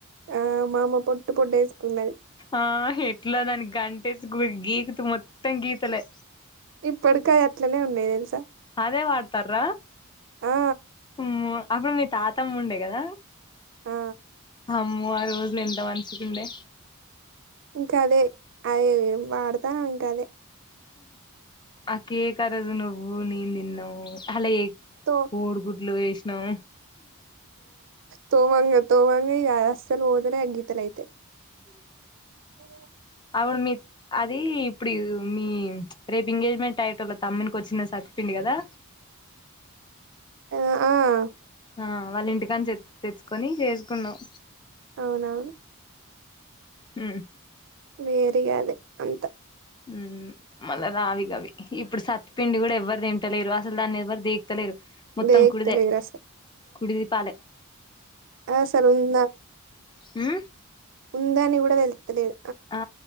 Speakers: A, on the right (about 60°); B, on the left (about 20°).
A: ఆ మా అమ్మ పొట్టు పొట్ట వేసుకున్నాది
B: ఆ ఎట్లా దానికి గికితే మొత్తం గీతలే
A: ఇప్పటికా అది అట్లనే ఉన్నాయి తెలుసా
B: అదే వాడతార
A: ఆ
B: అమ్మో అసలు తాతమ్మ ఉండే కదా
A: ఆ
B: అమ్మో ఆ రోజులు ఎంత మంచిగా ఉండే
A: ఇంకా అదే అదే వాడతాను ఇంకా అదే
B: ఆ కేక్ ఆ రోజు నువ్వు నేను తిన్నాం అలా
A: తో
B: కోడుగుడ్లు వేసినాం
A: తోవాంగ తోవాంగ ఈ అస్సలు పోతలే అ గీతేల అయితే ఓ
B: అవుడు మీ అదే ఇప్పుడు మీ రేపు ఎంగేజ్మెంట్ అయ్యటళ తమ్కి వచ్చిన సతిపిండి కదా
A: ఆ ఆ
B: ఆ వాళ్ళ ఇంటికని తెచ్చుకొని చేసుకున్నాం
A: అవునవును
B: హ
A: వేరగా అదే అంత
B: ఉ మళ్ళా రావిగవి ఇప్పుడు సత్తుపిండి కూడా ఎవ్వరు తింటలేరు అసలు దాన్ని ఎవరు దేకుతలేరు మొత్తం
A: దేక్తలేరు
B: కుడిదే కుడిది పాలె
A: ఆ సార్ ఉందా
B: హ
A: ఉందని కూడా తిలుత్తలేదు
B: ఆ